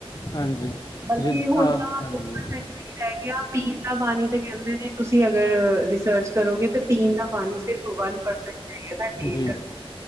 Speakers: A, on the left; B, on the right.
A: ਹਾਂਜੀ
B: ਬਲਕਿ
A: ਜਿ ਅ,
B: ਹੁਨ ਤਾਂ
A: ਹਾਂਜੀ
B: ਦੋ ਰਹ ਗਿਆ ਪੀਨ ਦਾ ਪਾਨੀ ਤਾਂ ਕੈਂਦੇ ਨੇ, ਤੁਸੀ ਅਗਰ ਰਿਸਰਚ ਕਰੋਗੇ ਤੇ ਪੀਨ ਦਾ ਪਾਨੀ ਸਿਰਫ ਵਨ ਪਰਸੈਂਟ ਹੈਗਾ ਸਾਡੀ ਇੱਧਰ
A: ਜੀ,